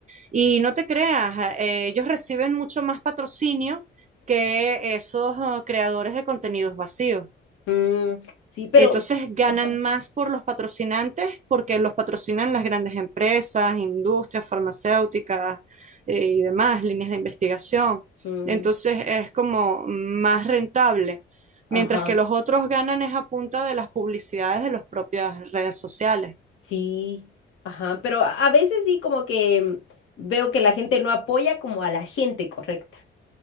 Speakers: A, on the right; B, on the left.
A: Y no te creas, a- eh, ellos reciben mucho más patrocinio que esos eh, creadores de contenidos vacíos.
B: Mm, sí, pero
A: Entonces
B: s-
A: ganan
B: ajá.
A: más por los patrocinantes porque los patrocinan las grandes empresas, industrias farmacéuticas eh, y demás, líneas de investigación.
B: mm,
A: Entonces es como más rentable,
B: ajá.
A: mientras que los otros ganan es a punta de las publicidades de las propias redes sociales.
B: Sí, ajá, pero a a veces sí como que mm, veo que la gente no apoya como a la gente correcta.